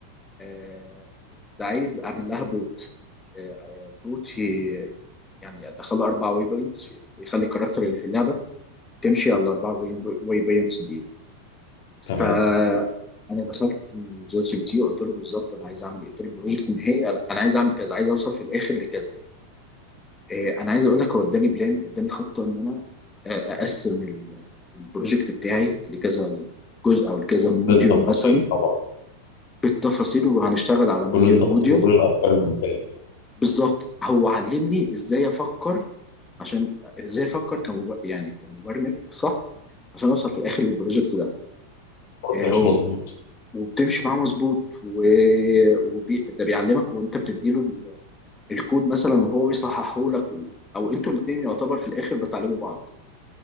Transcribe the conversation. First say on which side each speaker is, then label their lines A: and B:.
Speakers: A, on the left; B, on the left.
A: آه، كنت عايز اعمل لها بوت آه، آه، بوت في يعني ادخل له اربع واي بوينتس يخلي الكاركتر اللي في اللعبه تمشي على الاربع واي بوينتس دي
B: تمام
A: ف انا دخلت جي بي تي وقلت له بالظبط انا عايز اعمل ايه قلت له البروجكت النهائي انا أنا عايز اعمل كذا عايز اوصل في الاخر لكذا آه، انا عايز اقول لك هو اداني بلان اداني خطه ان انا آه، اقسم ال- البروجكت بتاعي لكذا جزء او لكذا موديول
B: كل التفاصيل
A: مثلا
B: طبعا
A: بالتفاصيل وهنشتغل على
B: كل
A: موديول
B: التفاصيل
A: موديول
B: وكل الافكار الممكنه
A: بالظبط هو علمني ازاي افكر عشان ازاي افكر كمبر... يعني كمبرمج صح عشان اوصل في الاخر للبروجكت ده
B: خط
A: آه،
B: مش
A: هو
B: مظبوط
A: وبتمشي معاه مظبوط و... وبي... ده بيعلمك وانت بتديله ال- الكود مثلا وهو بيصححه لك و... او انتوا الاثنين يعتبر في الاخر بتعلموا بعض